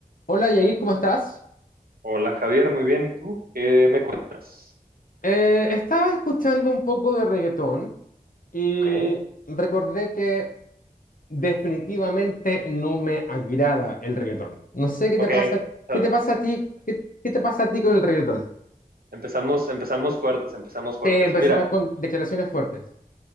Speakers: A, on the left; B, on the right.
A: Hola Yagi, ¿cómo estás?
B: Hola Javier, muy bien. ¿Y tú? ¿Qué me cuentas?
A: Eh, estaba escuchando un poco de reggaetón y
B: Ok,
A: recordé que definitivamente no me agrada el reggaetón. No sé qué
B: ok.
A: te pasa,
B: Ah,
A: qué te pasa a ti, qué, qué te pasa a ti con el reggaetón.
B: empezamos, empezamos fuertes, empezamos fuertes.
A: Te empezamos
B: Mira,
A: con declaraciones fuertes.